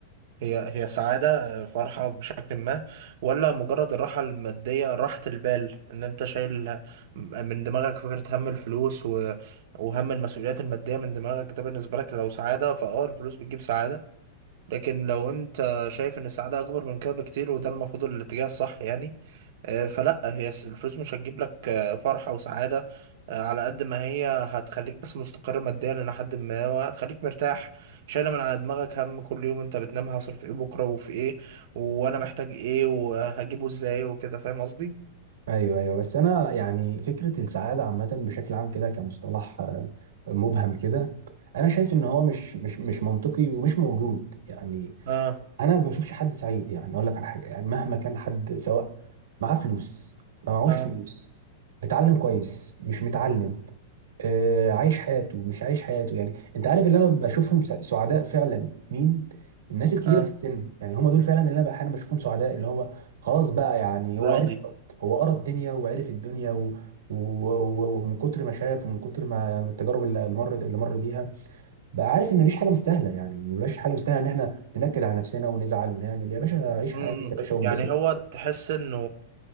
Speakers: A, on the right; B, on the right.
A: هي هي سعاده آه، فرحه بشكل ما ولا مجرد الراحه الماديه راحه البال ان انت شايل ه- من دماغك فكره هم الفلوس و... وهم المسؤوليات الماديه من دماغك ده بالنسبه لك لو سعاده فاه الفلوس بتجيب سعاده لكن لو انت شايف ان السعادة اكبر من كده بكتير وده المفروض الاتجاه الصح يعني آه، فلا هي الس- الفلوس مش هتجيب لك آه، فرحة وسعادة آه، على قد ما هي هتخليك بس مستقر ماديا الى حد ما وهتخليك مرتاح شايلة من على دماغك هم كل يوم انت بتنام هصرف ايه بكرة وفي ايه وانا محتاج ايه وهجيبه ازاي وكده فاهم قصدي؟
B: ايوه ايوه بس انا يعني فكره السعاده عامه بشكل عام كده كمصطلح آه، مبهم كده انا شايف ان هو مش مش مش منطقي ومش موجود يعني
A: اه
B: انا ما بشوفش حد سعيد يعني اقول لك على حاجه يعني مهما كان حد سواء معاه فلوس ما معهوش
A: اه
B: فلوس متعلم كويس مش متعلم آه، عايش حياته مش عايش حياته يعني انت عارف اللي انا بشوفهم س- سعداء فعلا مين الناس الكبيره
A: اه
B: في السن يعني هم دول فعلا اللي انا احيانا بشوفهم سعداء اللي هو خلاص بقى يعني هو
A: راضي
B: عرف هو قرا الدنيا وعرف الدنيا و... و... و... ومن كتر ما شاف ومن كتر ما التجارب اللي اللي مر اللي مر بيها بقى عارف ان مفيش حاجه مستاهله يعني مفيش حاجه مستاهله ان احنا ننكد على نفسنا ونزعل ونعمل يا باشا عيش
A: م-
B: حياتك
A: م.
B: يا باشا وانبسط
A: يعني هو تحس انه